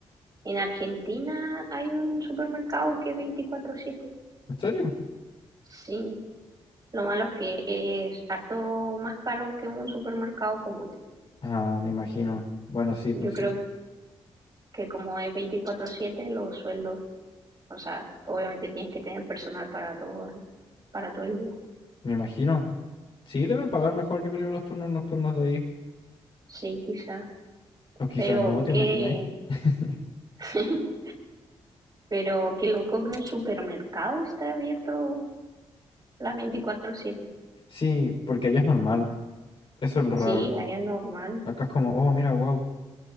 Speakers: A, on the right; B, on the left.
A: En Argentina hay un supermercado que es 24/7.
B: ¿En serio?
A: Sí, lo malo es que es harto más caro que un supermercado común.
B: Ah, me imagino. Bueno, sí, pues
A: Yo
B: sí.
A: creo que como es 24/7, los sueldos O sea, obviamente tienes que tener personal para todo, para todo el día.
B: Me imagino. Sí, deben pagar mejor, yo creo, los turnos nocturnos de ahí.
A: Sí, quizá.
B: O quizás
A: Pero
B: no, ¿te
A: qué,
B: imagináis? <laughs>
A: <laughs> pero qué loco que un supermercado está abierto las veinticuatro siete.
B: Sí, porque allá es normal. Eso es lo
A: Sí,
B: raro.
A: allá es normal.
B: Acá es como, oh, mira, wow.